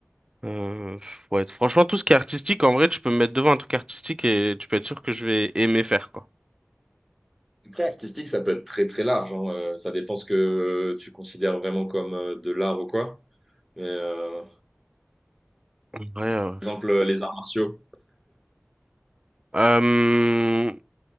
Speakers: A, on the right; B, in the centre.
A: Euh, ouais, franchement, tout ce qui est artistique, en vrai, tu peux me mettre devant un truc artistique et tu peux être sûr que je vais aimer faire, quoi.
B: Après, artistique, ça peut être très très large. hein. Euh, ça dépend ce que tu considères vraiment comme euh, de l'art ou quoi. Mais, euh,
A: En vrai, euh,
B: par exemple, euh, les arts martiaux.
A: euh,